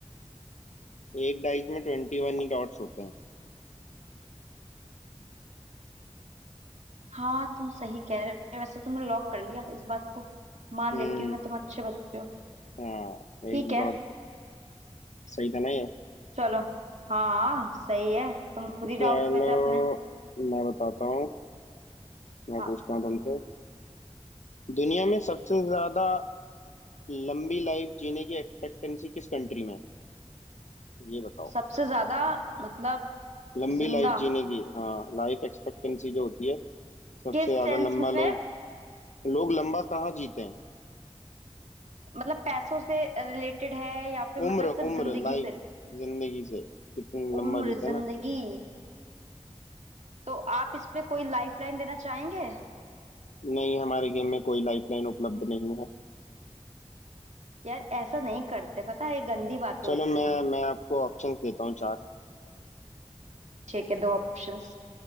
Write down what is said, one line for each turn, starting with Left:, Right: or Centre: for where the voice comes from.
Left: एक डाइस में ट्वेंटी वन ही डॉट्स होते हैं
Right: हाँ तुम सही कह रहे हो वैसे तुमने लॉक कर लिया इस बात को मान
Left: हम्म
Right: लेती हूँ मैं तुम अच्छे बच्चे हो
Left: हाँ एक
Right: ठीक है
Left: डॉट सही था ना ये
Right: चलो हाँ हाँ सही है तुम खुद ही डाउट
Left: चलो
Right: में थे अपने
Left: मैं बताता हूँ मैं
Right: हाँ
Left: पूछता हूँ तुमसे दुनिया में सबसे ज्यादा लंबी लाइफ जीने की एक्सपेक्टेंसी किस कंट्री में है? ये बताओ
Right: सबसे ज्यादा मतलब
Left: लंबी
Right: जिंदा
Left: लाइफ जीने की हाँ लाइफ एक्सपेक्टेंसी जो होती है सबसे
Right: किस
Left: ज्यादा
Right: सेंस
Left: लंबा
Right: में
Left: लोग लोग लंबा कहाँ जीते हैं
Right: मतलब पैसों से रिलेटेड है या फिर मतलब
Left: उम्र
Right: सिर्फ
Left: उम्र
Right: जिंदगी
Left: लाइफ
Right: से
Left: जिंदगी से कितनी लंबा
Right: उम्र
Left: जीते हैं
Right: जिंदगी
Left: ना
Right: तो आप इस पे कोई लाइफ लाइन देना चाहेंगे
Left: नहीं हमारे गेम में कोई लाइफ लाइन उपलब्ध नहीं है
Right: यार ऐसा नहीं करते पता है ये गंदी बातें
Left: चलो
Right: होती
Left: मैं
Right: हैं
Left: मैं आपको ऑप्शंस देता हूँ चार
Right: ठीक है दो ऑप्शंस